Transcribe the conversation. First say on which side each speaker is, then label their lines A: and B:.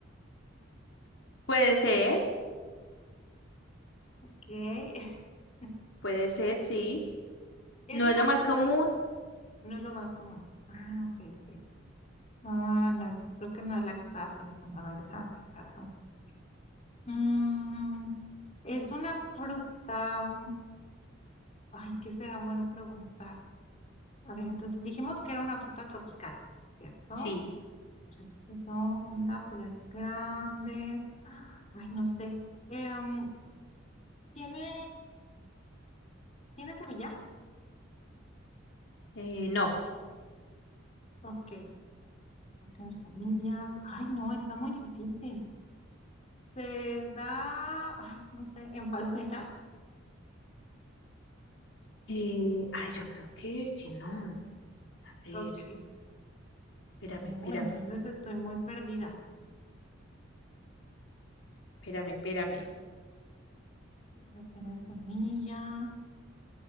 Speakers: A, on the left; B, on the left.
A: Puede ser,
B: que <laughs>
A: puede ser, sí.
B: es
A: No
B: una
A: es lo más
B: fruta,
A: común,
B: no es lo más común. Ah, ok, ok. Ah, no, entonces creo que no es la que estaba pensando. A ver, déjame pensar, déjame pensar. Mm, es una fruta. Ay, ¿qué será bueno preguntar? A ver, entonces dijimos que era una fruta tropical, ¿cierto?
A: sí.
B: Es redonda, pero es grande. Ah, Ay, no sé. Em, ¿tiene, tiene semillas?
A: Eh, no.
B: Ok, no tiene semillas. Ay, no, está muy difícil. Se da, ay, no sé, en palmeras.
A: Eh, ay, yo creo que, que no. A ver,
B: <laughs> Ok.
A: espérame,
B: No,
A: espérame,
B: entonces estoy muy perdida.
A: espérame, espérame.
B: No tiene semillas.